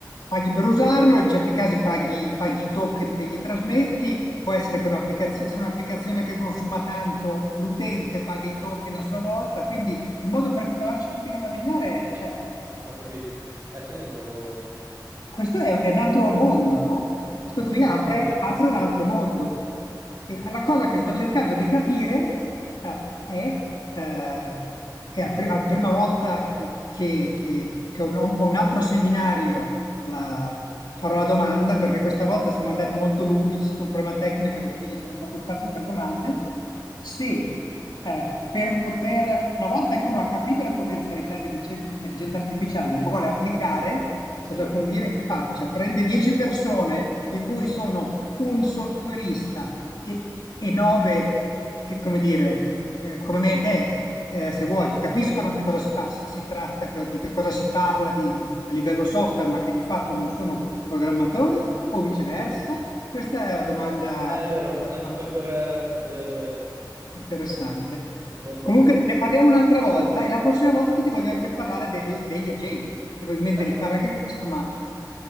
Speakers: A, on the left; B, on the right.
A: Paghi per usarlo, in certi casi paghi, paghi i token che gli trasmetti, può essere che un'applicazione, se è un'applicazione che consuma tanto, l'utente paga i token a sua volta, quindi il modo per trovarci tutti a guadagnare c'è.
B: ho capito. Eh, quindi è un nuovo...
A: E Questo è, è un altro mondo, no? Questo
B: Sì, sì,
A: qui
B: una
A: apre,
B: nuova implementazione.
A: apre un altro mondo. E la, la cosa che sto cercando di capire eh, è, eh, è la pri- la prima volta che, che- che- che ho un ho un altro seminario la- farò la domanda perché questa volta siamo andati molto lunghi, c'è stato un problema tecnico e quindi c'era poco spazio per domande. Se eh, per poter, una volta che uno ha capito le potenzialità dell'intelligenza artificiale, le vuole applicare,
B: Sì.
A: cosa conviene che faccia? Prende 10 persone, di cui sono un softwareista e, e 9, che, come dire, eh, come me e te eh, se vuoi,
B: Sì,
A: che capiscono che cosa si, pa- si- si tratta, che- di che cosa si parla, di, a livello software, ma che di fatto non sono programmatori, o viceversa? Questa è la domanda,
B: è vero,
A: la
B: anche
A: domanda
B: poi per... eh, È vero, è vero,
A: interessante.
B: è un buon quesito.
A: Comunque ne parliamo un'altra volta e la prossima volta ti voglio anche parlare del- degli agenti, perché voglio mettere
B: Eh,
A: di fare anche questo, ma